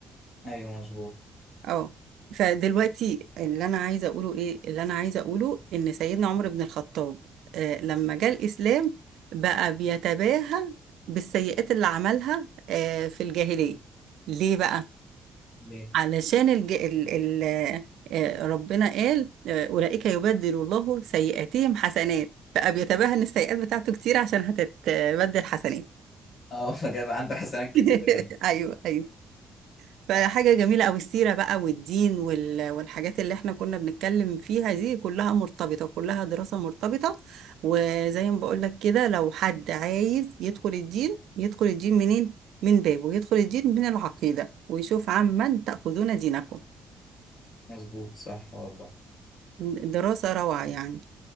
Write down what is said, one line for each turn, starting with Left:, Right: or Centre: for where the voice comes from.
Left: ايوه مظبوط
Right: اه فدلوقتي اللي أنا عايزة أقوله إيه اللي أنا عايزة أقوله إن سيدنا عمر بن الخطاب آه لما جاء الإسلام بقى بيتباهى بالسيئات اللي عملها آه في الجاهلية ليه بقى؟
Left: ليه
Right: علشان الج... ال... ال... آه ربنا قال آه أولئك يبدل الله سيئاتهم حسنات بقى بيتباهى إن السيئات بتاعته كتير عشان هتتبدل حسنات
Left: اه <laughs> فجاب عنده حسنات كتيرة
Right: <laughs>
Left: جدا
Right: ايوه ايوه فحاجة جميلة أوي السيرة بقى والدين وال... والحاجات اللي احنا كنا بنتكلم فيها دي كلها مرتبطة كلها دراسة مرتبطة وزي ما بقولك كده لو حد عايز يدخل الدين يدخل الدين منين؟ من بابه يدخل الدين من العقيدة ويشوف عمن تأخذون دينكم
Left: مظبوط صح والله
Right: دراسة روعة يعني